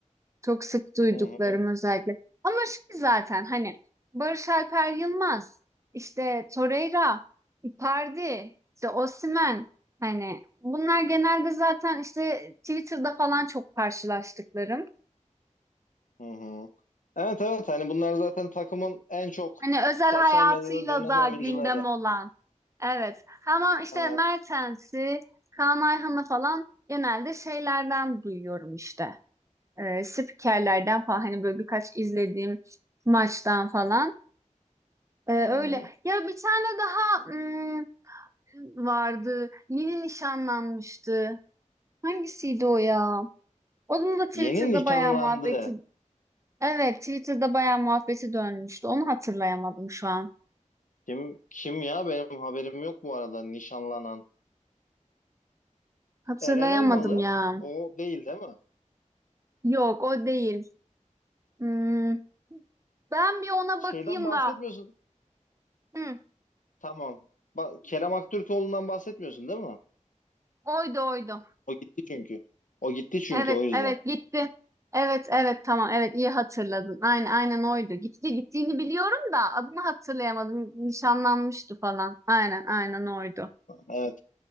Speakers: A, on the right; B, on the left.
A: Çok sık duyduklarım
B: Hı hı,
A: özellikle. Ama şey zaten hani Barış Alper Yılmaz, işte Torreira, Icardi, işte Osimhen hani bunlar genelde zaten işte Twitter'da falan çok karşılaştıklarım.
B: hı hı. Evet evet hani bunlar zaten takımın en çok
A: Hani özel
B: sosyal
A: hayatıyla
B: medyada dönen
A: da
B: oyuncuları.
A: gündem olan. Evet. Ama işte
B: Evet.
A: Mertens'i, Kaan Ayhan'ı falan genelde şeylerden duyuyorum işte. Ee, spikerlerden falan hani böyle birkaç izlediğim maçtan falan. Ee,
B: Hı hı.
A: öyle. Ya bir tane daha hmm, vardı. Yeni nişanlanmıştı. Hangisiydi o ya? Onun da Twitter'da
B: Yeni nişanlandı.
A: bayağı muhabbeti. Evet, Twitter'da bayağı muhabbeti dönmüştü. Onu hatırlayamadım şu an.
B: Kim kim ya benim haberim yok bu arada nişanlanan.
A: Hatırlayamadım
B: Eren Elmalı
A: ya.
B: o değil değil mi?
A: Yok, o değil. Hmm, ben bir ona
B: Şeyden
A: bakayım
B: bahsetmiyorsun.
A: da. Hı,
B: Tamam. Bak, Kerem Aktürkoğlu'ndan bahsetmiyorsun değil mi?
A: oydu oydu.
B: O gitti çünkü. O gitti çünkü
A: Evet,
B: o yüzden.
A: evet gitti. Evet, evet tamam. Evet iyi hatırladın. Aynen, aynen oydu. Gitti, gittiğini biliyorum da adını hatırlayamadım. Nişanlanmıştı falan. Aynen, aynen oydu.
B: Evet,